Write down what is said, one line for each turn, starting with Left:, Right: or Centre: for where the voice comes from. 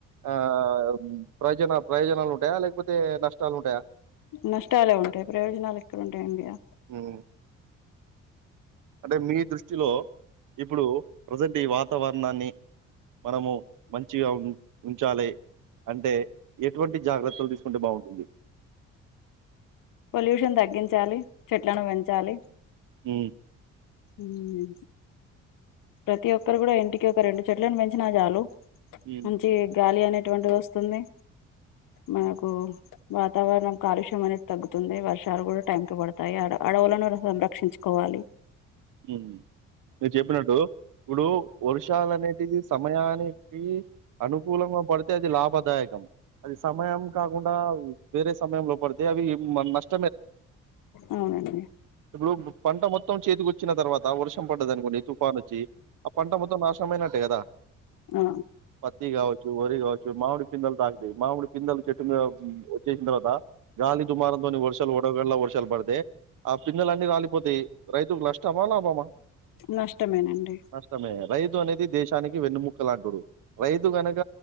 Right: ఆ ప్రయోజన ప్రయోజనాలు ఉంటయా లేకపోతే నష్టాలు ఉంటయా
Left: నష్టాలే ఉంటాయి ప్రయోజనాలు ఎక్కడ ఉంటాయండి ఇగా
Right: హ్మ్. అంటే మీ దృష్టిలో ఇపుడు ప్రజెంట్ ఈ వాతావరణాన్ని మనము మంచిగా ఉన్ ఉంచాలే అంటే ఎటువంటి జాగ్రత్తలు దీసుకుంటే బావుంటుంది
Left: పొల్యూషన్ తగ్గించాలి చెట్లను వెంచాలి
Right: ఉమ్మ్
Left: ఉమ్ ప్రతి ఒక్కరు గూడా ఇంటికి ఒక రెండు చెట్లలను పెంచినా చాలు
Right: ఉమ్
Left: మంచి గాలి అనేటువంటిది వొస్తుంది మనకు వాతావరణం కాలుష్యం అనేది తగ్గుతుంది. వర్షాలు కూడా టైం టూ పడతాయి అడ్ అడవులను సమ్ సంరక్షించూ కోవాలి
Right: మ్మ్ మీర్జెప్పినట్టు ఇప్పుడు వర్షాలు అనేటివి సమయాని కీ అనుకూలంగా పడితే అది లాభదాయకం అది సమయం కాకుండా వేరే సం లోపల పడితే అవి మనష్
Left: అవునండి
Right: ఇప్పుడు పంట మొత్తం చేతికో చ్చిన తర్వాత వర్షం పడ్డదనుకోండి తుఫానొచ్చి ఆ పంట మొత్తం నాశనంమైనట్టే కదా
Left: ఆ
Right: పత్తి కావచ్చు, వరి కావచ్చు మామిడి పిందల్ తాకుతై మామిడి పిందలు చెట్టు మీద వచ్చేసిన తర్వాత గాలి దుమారంతోని వర్షాలు వడగల్లా వర్షాలు పడితే ఆ పిదేలూ అన్నీ రాలిపోతయి రైతుకు నష్టమా లాభమా
Left: నష్టమేనండి
Right: నష్టమే. రైతు అనేది దేశానికి వెన్నుముక్క లాంటోడు రైతు కనక